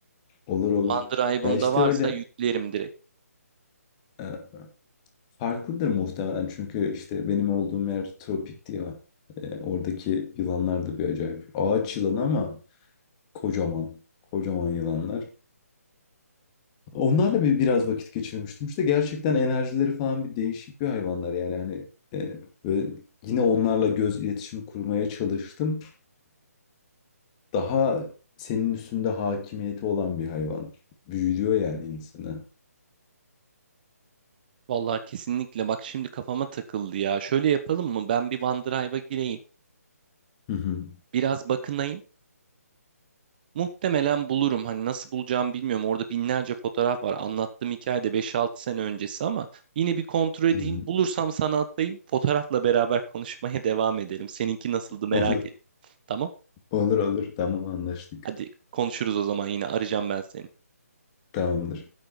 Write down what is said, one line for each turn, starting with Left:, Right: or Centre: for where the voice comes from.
Left: Olur olur.
Right: OneDrive'ımda
Left: Ya işte
Right: varsa
Left: öyle
Right: yüklerim direkt.
Left: e, farklıdır muhtemelen çünkü işte benim olduğum yer tropikti ya. E, oradaki yılanlar da bir acayip. Ağaç yılanı ama kocaman. Kocaman yılanlar. Onlarla bir biraz vakit geçirmiştim. İşte gerçekten enerjileri falan bir değişik bir hayvanlar yani hani e, böyle yine onlarla göz iletişimi kurmaya çalıştım. Daha senin üstünde hakimiyeti olan bir hayvan. Büyülüyor yani insanı.
Right: Vallahi kesinlikle bak şimdi kafama takıldı ya. Şöyle yapalım mı? Ben bir OneDrive'a gireyim.
Left: Hı hı.
Right: Biraz bakınayım. Muhtemelen bulurum. Hani nasıl bulacağımı bilmiyorum. Orada binlerce fotoğraf var. Anlattığım hikaye de beş altı sene öncesi ama yine bir kontrol edeyim.
Left: Hı hı.
Right: Bulursam sana atayım. Fotoğrafla beraber <laughs> konuşmaya devam edelim. Seninki nasıldı merak
Left: Olur,
Right: ettim. Tamam.
Left: olur, olur. Tamam anlaştık.
Right: Hadi konuşuruz o zaman yine. Arayacağım ben seni.
Left: Tamamdır.